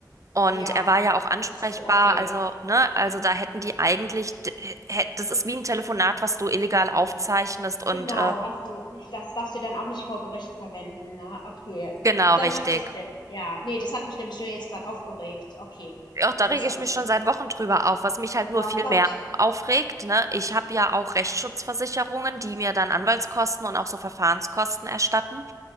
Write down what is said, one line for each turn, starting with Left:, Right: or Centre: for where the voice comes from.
Right: und
Left: Ja.
Right: er war ja auch ansprechbar,
Left: Ach so, okay.
Right: also, ne, also da hätten die eigentlich, d- hä- das ist wie ein Telefonat, was du illegal aufzeichnest und
Left: Genau,
Right: äh,
Left: was du nicht, das darfst du dann auch nicht vor Gericht verwenden, ne? Okay.
Right: genau
Left: Dann
Right: richtig.
Left: macht das Sinn. Ja, nee, das hat mich nämlich nur jetzt gerade aufgeregt. Okay,
Right: Auch da
Left: dann
Right: rege
Left: ist alles
Right: ich mich schon
Left: gut.
Right: seit Wochen drüber auf, was mich halt nur
Left: Ja,
Right: viel
Left: glaube
Right: mehr
Left: ich.
Right: aufregt, ne? Ich habe ja auch Rechtsschutzversicherungen, die mir dann Anwaltskosten und auch so Verfahrenskosten erstatten